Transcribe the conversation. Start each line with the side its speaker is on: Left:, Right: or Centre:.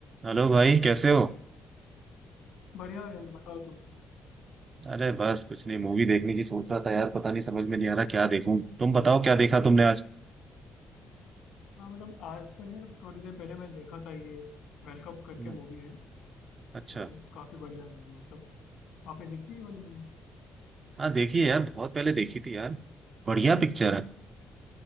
Right: हेलो भाई कैसे हो
Left: बढ़िया हो यार बताओ तुम
Right: अरे बस कुछ नहीं मूवी देखने की सोच रहा था यार पता नहीं समझ में नहीं आ रहा क्या देखूं तुम बताओ क्या देखा तुमने आज
Left: हाँ मतलब आज तो नहीं मतलब थोड़ी देर पहले मैंने देखा था ये वेलकम करके
Right: हम्म,
Left: मूवी है
Right: अच्छा
Left: वो काफी बढ़िया मूवी मतलब आपने देखी ये वाली मूवी
Right: हाँ देखी है यार बहुत पहले देखी थी यार बढ़िया पिक्चर है